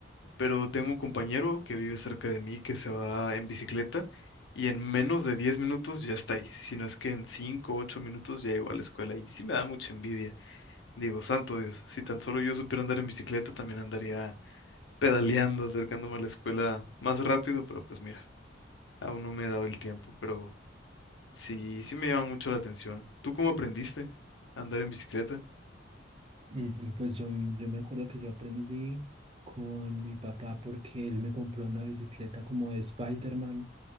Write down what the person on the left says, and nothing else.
pero tengo un compañero que vive cerca de mí que se va en bicicleta y en menos de 10 minutos ya está ahí, si no es que en 5 o 8 minutos ya llegó a la escuela y sí me da mucha envidia. Digo, santo Dios, si tan solo yo supiera andar en bicicleta también andaría pedaleando, acercándome a la escuela más rápido, pero pues mira, aún no me he dado el tiempo, pero sí, sí me llama mucho la atención. ¿Tú cómo aprendiste a andar en bicicleta?